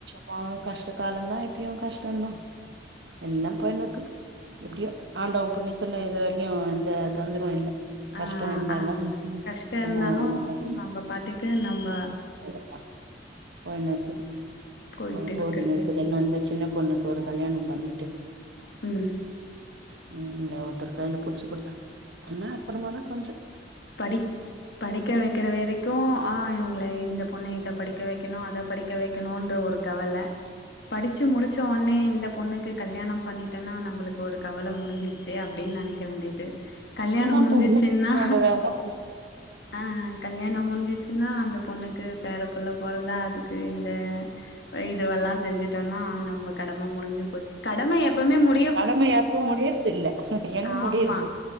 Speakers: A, on the right; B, on the left.
A: மொத கஷ்ட காலந்தா இப்பயு கஷ்டந்தா எல்லா போய்ன்னுருக்குது எப்டியோ ஆண்டவ புண்ணியத்துல இது வர்லையு எந்த தொந்தரவு இல்ல
B: ஆ
A: கஷ்ட இருந்தாலும்
B: ஆ
A: ம்
B: கஷ்டோ
A: பண்ணுவோ
B: இருந்தாலு
A: அப்டினு
B: நம்ம பாட்டுக்கு நம்ப
A: எங்க பா போய்னுருத்துது
B: போயிட்டு
A: இப்ப அதுல போது
B: இருக்கு
A: முடிஞ்சதுன் அந்த சின்ன பொண்ணுக்கு ஒரு கல்யாண பண்ணிட்டு
B: ம்
A: ம் ஆ ஒருத்தர் கைல புட்ச்சு குடுத்து என்ன அப்பறமா தா கொஞ்ச
B: படிக் படிக்க வெக்கிற வெரைக்கு ஆ இவ்ங்கள இந்த பொண்ண இத படிக்க வெக்கணு அத படிக்க வெக்கணுன்ற ஒரு கவல படிச்சு முடிச் சோனே இந்த பொண்ணுக்கு கல்யாணம் பண்ணிட்டனா நம்பளுக்கு ஒரு கவல முடிஞ்சிச்சு அப்டின் நெனைக்க வேண்டியது கல்யாண
A: அதா
B: முட்ஞ்சிச்சுன்னா
A: பெத்தவங்களோட வேல
B: ஆ கல்யாண முட்ஞ்சிச்சுனா அந்த பொண்ணுக்கு பேரப்புள்ள பொறந்தா அதுக்கு இந்த ஆ இதுவெல்லா செஞ்சுட்டோனா நம்ப கடம முடிஞ்சு போச்சு கடம எப்பவுமே முட்
A: கடம எப்ப முடியு தெர்ல எங்க
B: ஆமா
A: முடியர்து